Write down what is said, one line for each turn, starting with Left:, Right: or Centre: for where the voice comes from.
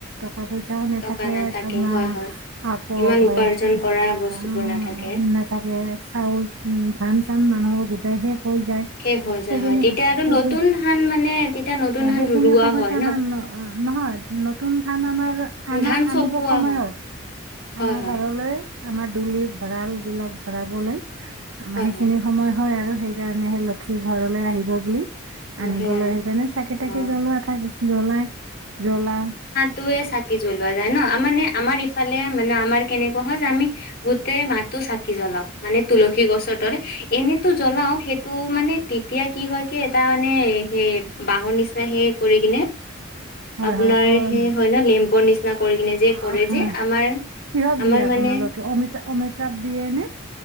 Right: পা পইচাও নাথাকে
Left: টকা
Right: তোমাৰ
Left: হয়, হয়,
Right: আকৌ
Left: ইমান
Right: ঘৰত
Left: উপাৰ্জন কৰা বস্তুবোৰ
Right: আ উম
Left: নাথাকে।
Right: নাথাকে চাউল, উম ধান চান মানুহৰ গোটাই শেষ হৈ যায়।
Left: শেষ হৈ যায়
Right: সেইখিনি,
Left: হয়, তেতিয়া আৰু
Right: সেইখি,
Left: নতুন ধান মানে তেতিয়া নতুন ধান
Right: সেইখিনি
Left: ৰোৱা
Right: সময়তে
Left: হয়
Right: আমাৰ ন অ, নহয় নতুন কাৰণ আমাৰ আনা
Left: ধান চপোৱা
Right: আনিব সময় হয়,
Left: হয়,
Right: আমাৰ
Left: হয়,
Right: ঘৰলৈ। আমাৰ ডুলিত ভঁৰাল বিলাক ভৰাবলে, আমাৰ
Left: হয়,
Right: সেইখিনি
Left: হয়,
Right: সময় হয় আৰু। সেই কাৰণে হে, লক্ষী ঘৰলৈ আহিব বুলি।
Left: সেয়াই
Right: আনিবলৈ সেইকাৰণে চাকি
Left: অ'।
Right: তাকি জ্বলোৱা ঠাই জ্বলাই জ্বলাও।
Left: তয়ে চাকি জ্বলোৱা যায় ন। মানে আমাৰ ইফালে মানে আমাৰ কেনেকুৱা হয় যে, আমি গোতেই মাহটো চাকি জ্বলাও মানে তুলসী গছৰ দৰে। এনেতো জ্বলাও। সেইটো মানে তেতিয়া কি হয় কি এটা মানে সেই বাঁহৰ নিচিনা সেই কৰি কিনে
Right: হয়
Left: আপোনাৰ
Right: হয় অ',
Left: সেই হয় নে? লেম্পৰ নিচিনা কৰি কিনে যে
Right: অ,
Left: কৰে
Right: হয়
Left: যে। আমাৰ
Right: কিহত
Left: আমাৰ
Right: দিয়ে? আপোনালোকে
Left: মানে
Right: অমিতা, অমিতা দিয়ে নে?